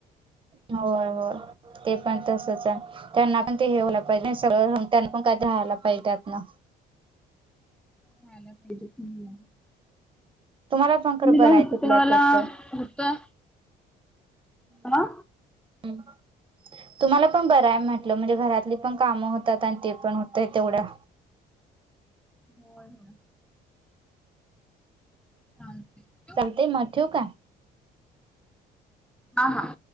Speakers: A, on the right (about 30°); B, in the centre.
A: व्हय व्हय ते पण तसच हाय त्यांना पण ते हे, व्हायला पाहिजेल ना सगळं त्यांना पण काय झालं पैशाचं?
B: <inaudible>
A: तुम्हाला पण खर
B: मुलाला
A: बर हाय
B: होतं
A: तिथल्या
B: त्यावेळेला
A: तिथं
B: होतं हा.
A: <unintelligible> तुम्हाला पण बराय म्हटलं म्हणजे घरातली पण कामं होतात आणि ते पण होत तेवढ्या
B: हो ना <inaudible> हां हां.
A: चालतय मग ठेवू काय?
B: हां हां.